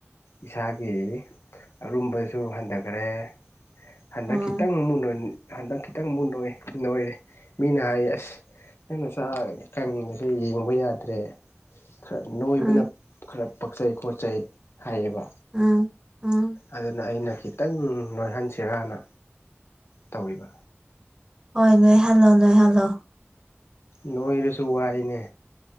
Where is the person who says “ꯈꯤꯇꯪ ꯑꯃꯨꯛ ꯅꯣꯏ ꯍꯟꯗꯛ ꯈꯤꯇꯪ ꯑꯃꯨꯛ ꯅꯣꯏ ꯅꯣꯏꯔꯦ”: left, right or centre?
Left